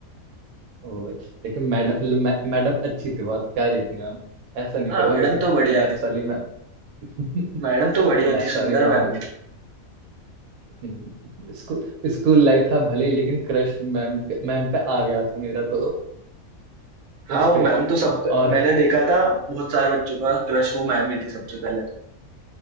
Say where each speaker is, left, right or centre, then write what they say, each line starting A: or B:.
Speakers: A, on the right (about 85°); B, on the right (about 65°).
A: ओ, <laughs> लेकिन मैडम मै, मैडम अच्छी थी बहुत प्यारी थी मैम ऐसा नहीं
B: हाँ
A: कहोगे
B: मैडम तो बढ़िया
A: मैथ्स
B: थी
A: वाली मैम <laughs>
B: मैडम तो बढ़िया
A: मैथ्स
B: थी सुंदर
A: वाली मैम
B: मैम
A: भी हम्म, स्कूल स्कूल लाइफ था भले ही लेकिन क्रश मैम पे- मैम पे आ गया था मेरा तो उस
B: हाँ वो
A: पे
B: मैम तो सब
A: और
B: मैंने देखा था बहुत सारे बच्चों का क्रश वो मैम ही थी सबसे पहले